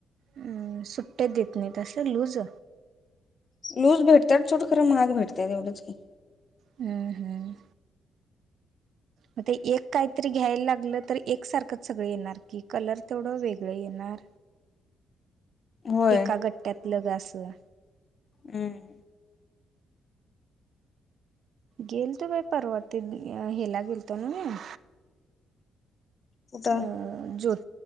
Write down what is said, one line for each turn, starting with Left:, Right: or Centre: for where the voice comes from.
Right: अ सुट्ट्या देत नाही अस लूज.
Left: लूज भेटतात सोड खरं महाग तश एवढं की
Right: हम्म हम्म मग ते एक काहीतरी घ्यायला लागलं तर एक सारखं सगळ येणार की कलर तेवढं वेगळं येणार
Left: होय
Right: एका गट्टयायातलग असं
Left: हम्
Right: गेल तो बाई परवा ते हेला गेलतो ना म
Left: होता.
Right: अ ज्योत